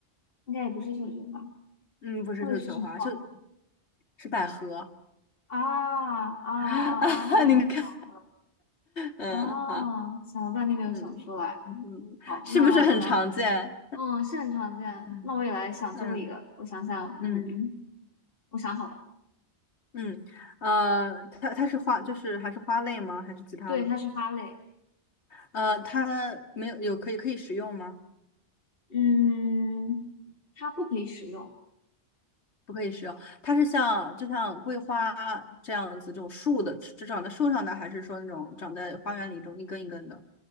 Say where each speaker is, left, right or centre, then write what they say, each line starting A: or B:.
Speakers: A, on the left; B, on the left.
A: 应该也不是绣球花，
B: 嗯，不是绣球花，
A: 那个是什么花？
B: 就是百合
A: 啊啊啊啊！
B: <laughs> 啊。你看，
A: 百合
B: 嗯，
A: 啊！
B: 好，
A: 想了半天没有想出来。
B: 嗯嗯，
A: 好，
B: 是不是很常见？
A: 那我来，嗯，是很常见。
B: 嗯
A: 那我也来想最后一个，
B: 嗯
A: 我想想，
B: 嗯，
A: 嗯，我想好了，
B: 嗯，呃，它它是花，就是还是花类吗？还是其他的？
A: 对，它是花类，
B: 呃，它没有有可以可以食用吗？
A: 嗯，它不可以使用，
B: 不可以食用，它是像就像桂花这样子，这种树的，只长在树上的，还是说那种长在花园里一种一根一根的？